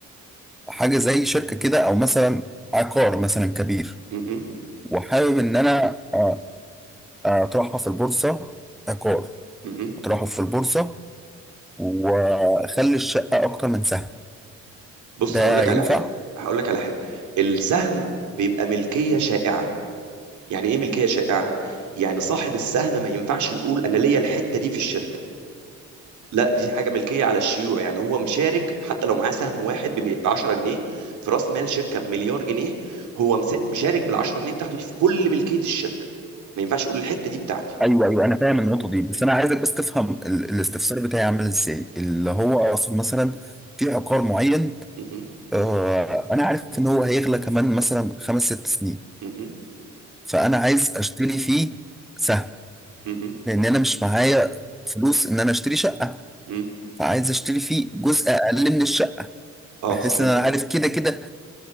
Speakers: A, in the centre; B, on the right.
A: حاجه زي شركه كده او مثلا عقار مثلا كبير
B: م-م.
A: وحابب ان انا آه، اطرحها في البورصه عقار
B: م-م.
A: اطرحه في البورصه واخلي الشقه اكتر من سهم
B: بص
A: ده
B: هقول لك
A: ينفع؟
B: على حاجه هقول لك على حاجه السهم بيبقى ملكيه شائعه يعني ايه ملكيه شائعه يعني صاحب السهم ما ينفعش يقول انا ليا الحته دي في الشركه لا دي حاجه ملكيه على الشيوع يعني هو مشارك حتى لو معاه سهم واحد ب 10 جنيه في راس مال شركه بمليار جنيه هو مس- مشارك بال 10 جنيه بتاعته دي في كل ملكيه الشركه ما ينفعش يقول الحته دي بتاعتي
A: ايوه ايوه انا فاهم النقطه دي بس انا عايزك بس تفهم ال- الاستفسار بتاعي عامل ازاي اللي هو اقصد مثلا في عقار معين
B: م-م.
A: آه، انا عارف ان هو هيغلى كمان مثلا خمس ست سنين
B: م-م.
A: فانا عايز اشتري فيه سهم
B: م-م.
A: لان انا مش معايا فلوس ان انا اشتري شقه
B: م-م.
A: فعايز اشتري فيه جزء اقل من الشقه
B: اه
A: بحيث
B: صحيح
A: ان انا عارف كده كده